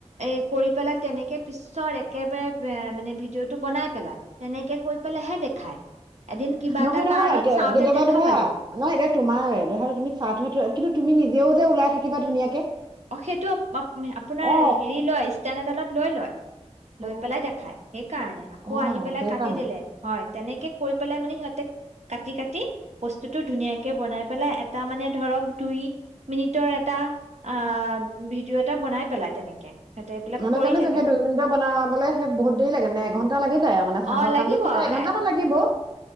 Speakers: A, on the right (about 75°); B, on the right (about 40°).
A: এ কৰি পেলাই তেনেকে পিছত একেবাৰে মানে ভিডিঅ'টো বনাই পেলাই, তেনেকে কৈ পেলাইহে দেখায়। এদিন কিবা
B: নহয়,
A: এটা কাৰণত
B: নহয় কেতিয়াবা
A: চাওঁতে দেখা
B: ধৰা
A: পালো
B: নহ এতিয়া তোমাৰ ধৰা তুমি চাহটোহে কিন্তু তুমি নিজেও যে ওলাই থাকিবা ধুনীয়াকে।
A: অ', সেইটো আপোনাৰ
B: অ
A: হেৰি লয় ইষ্টেন এডালত লৈ লয়।
B: অ
A: লৈ পেলাই দেখাই সেইকাৰণে আকৌ
B: অ
A: আহি পেলাই
B: সেইকাৰণে
A: কাটি দিলে হয়। তেনেকে কৰি পেলাই মানে সিহঁতে কাটি, কাটি বস্তুটো ধুনীয়াকে বনাই পেলাই এটা মানে ধৰক দুই মিনিটৰ এটা অ', ভিডিঅ' এটা বনাই পেলাই তেনেকে। সিহঁতে এইবিলাক
B: মানে
A: কৰি
B: জানিছো
A: থাকে
B: সেই দুই মিনিটৰ বনাবলে সেই বহুত দেৰি লাগে মানে এঘন্টা লাগি যায় আৰু মানে চাহৰ
A: অ লাগিব
B: কামটোত থাগে এঘন্টামান
A: এ
B: লাগিব